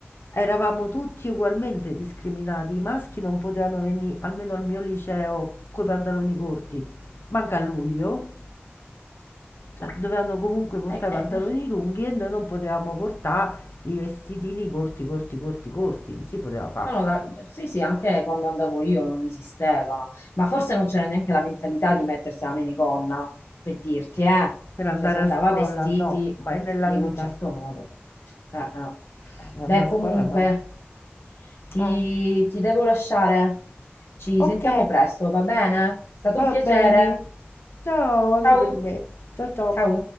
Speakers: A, on the left (about 65°); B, on the left (about 85°).
A: eravamo tutti ugualmente discriminati. I maschi non potevano venire, almeno al mio liceo, coi pantaloni corti, manca a luglio. Cioè, dovevano comunque portare
B: eh, eh, eh.
A: i pantaloni
B: eh.
A: lunghi e noi non potevamo portare i vestitini corti, corti, corti, corti, non si poteva fare.
B: Sono da- Sì, sì, anche quando andavo io non esisteva, ma forse non c'era neanche la mentalità di mettersi la minigonna, per dirti, eh.
A: Per andare
B: Cioè si andava
A: a scuola?
B: vestiti
A: No, mai nella
B: in
A: vita.
B: un certo modo. Eh, eh.
A: Eh, per
B: Beh,
A: andare
B: comunque,
A: a scuola? No.
B: ti,
A: Eh,
B: ti devo lasciare. Ci
A: ok,
B: sentiamo presto, va bene? È stato
A: va
B: un piacere.
A: bene. Ciao anche
B: Ciao.
A: per me. Ciao ciao.
B: Ciao.